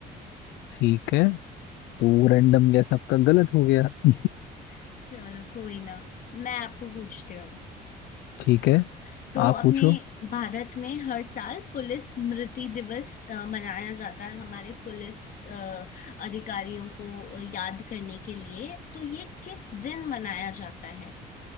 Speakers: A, on the left; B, on the left.
A: ठीक है तो रैंडम गैस आपका गलत हो गया <laughs>
B: <laughs> चलो कोई ना मैं आपको पूछती हूँ
A: ठीक है
B: सो so,
A: आप
B: अपने
A: पूछो
B: भारत में हर साल पुलिस स्मृति दिवस अ, मनाया जाता है हमारे पुलिस अ, अधिकारियों को अ, याद करने के लिए तो ये किस दिन मनाया जाता है